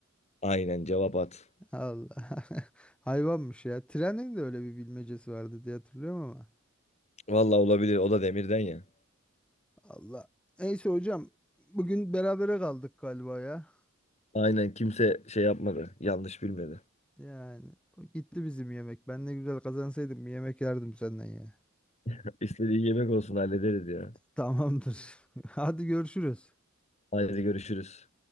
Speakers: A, on the left; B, in the centre.
A: Aynen cevap at.
B: Allah. <laughs> Hayvanmış ya. Trenin de öyle bir bilmecesi vardı diye hatırlıyorum ama.
A: Vallahi olabilir. O da demirden ya.
B: Allah. Neyse hocam. Bugün berabere kaldık galiba ya.
A: Aynen kimse şey yapmadı. Yanlış bilmedi.
B: Yani o gitti bizim yemek. Ben ne güzel kazansaydım bir yemek yerdim senden ya.
A: <laughs> İstediği yemek olsun hallederiz ya.
B: Tamamdır. <laughs> Hadi görüşürüz.
A: Haydi görüşürüz.